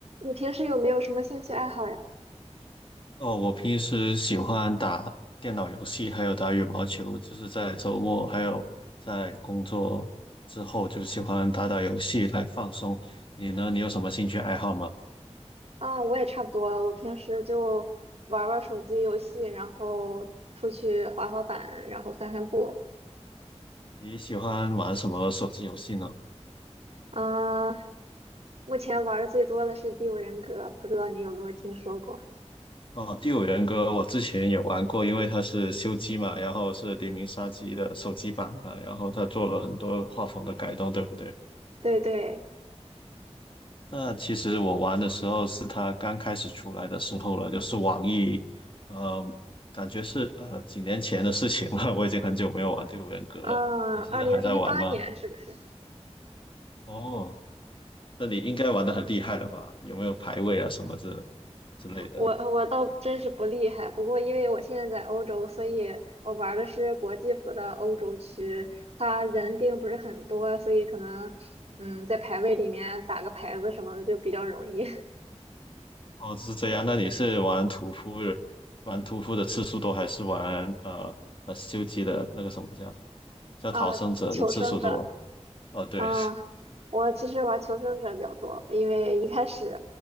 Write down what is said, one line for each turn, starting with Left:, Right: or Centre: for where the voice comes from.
Right: 你平时有没有什么兴趣爱好呀？
Left: 哦，我平时喜欢打电脑游戏，还有打羽毛球，就是在周末还有在工作之后，就喜欢打打游戏来放松。你呢？你有什么兴趣爱好吗？
Right: 啊，我也差不多，我平时就玩儿玩儿手机游戏，然后出去滑滑板，然后散散步。
Left: 你喜欢玩什么手机游戏呢？
Right: 嗯，目前玩的最多的是《第五人格》，不知道你有没有听说过？
Left: 哦，《第五人格》我之前也玩过，因为它是修机嘛，然后是黎明杀机的手机版嘛，然后它做了很多画风的改动，对不对？
Right: 对对，
Left: 那其实我玩的时候是他刚开始出来的时候了，就是网易，呃，感觉是呃几年前的事情了，<laughs> 我已经很久没有玩《第五人格》了。
Right: 啊，
Left: 你现在还在玩吗？
Right: 二零一八年是不是？
Left: 哦，那你应该玩的很厉害了吧？有没有排位啊什么之之类的？
Right: 我我倒真是不厉害，不过因为我现在在欧洲，所以我玩儿的是国际服的欧洲区，他人并不是很多，所以可能嗯在排位里面打个牌子什么的就比较容易
Left: 哦，是这样。那你是玩屠夫，玩屠夫的次数多，还是玩呃呃修机的那个什么叫
Right: <laughs>
Left: 叫逃生者的次数多？
Right: 啊。求生者，
Left: 哦，对，
Right: 啊，我其实玩求生者比较多，因为一开始